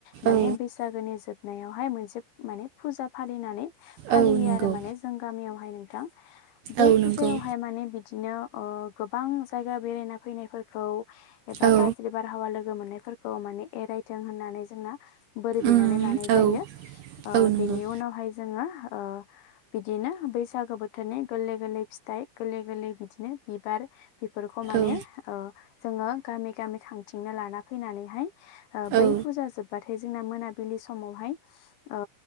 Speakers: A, on the left; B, on the right.
A: माने
B: औ
A: बैसागोनि जोब नायावहाय मोनसे माने फुजा फालिनानै फालियो
B: औ नंगौ
A: आरो माने जों गामियावहाय नोंथां बे
B: औ
A: फुजायावहाय
B: नंगौ
A: माने बिदिनो ओ गोबां जायगा बेरायना फैनायफोरखौ एबा
B: औ
A: गाज्रि बारहावा लोगो मोननायफोरखौ माने एरायथों होननानै जोंना बोर बिनानै
B: उम
A: लानाय जायो
B: औ औ नंगौ
A: बेनि उनावहाय जोङो बिदिनो बैसागो बोथोरनि गोरलै गोरलै फिथाइ गोरलै गोरलै बिदिनो बिबार बेफोरखौ माने
B: औ
A: ओ जोङो गामि गामि खांथिंना लाना फैनानैहाय ओ बै
B: औ
A: फुजा जोबबाथाय जोंना मोनाबिलि समावहाय ओ